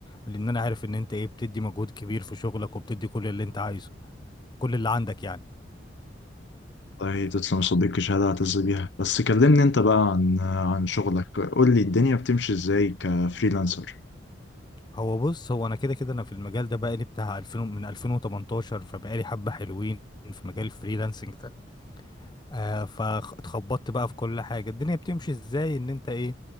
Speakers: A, on the left; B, on the left.
A: لأن أنا عارف إن أنت إيه بتدي مجهود كبير في شغلك وبتدي كل اللي أنت عايزه كل اللي عندك يعني
B: والله تسلم يا صديقي شهادة اعتز بيها بس كلمني انت بقى عن عن شغلك قول لي الدنيا بتمشي ازاي كفريلانسر
A: هو بص هو أنا كده كده أنا في المجال ده بقالي بتاع 2000 من 2018 فبقالي حبة حلوين في مجال الفريلانسنج ده آه فاتخبطت بقى في كل حاجة الدنيا بتمشي ازاي ان انت ايه